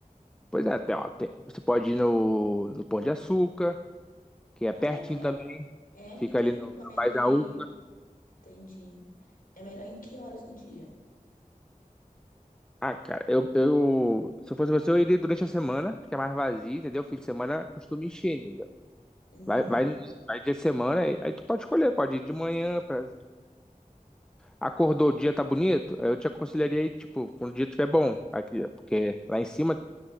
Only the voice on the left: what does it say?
Ah,
e como
é? É,
e tu
me
recomenda
aí,
entendi. É melhor em que horas do dia?
Uhum.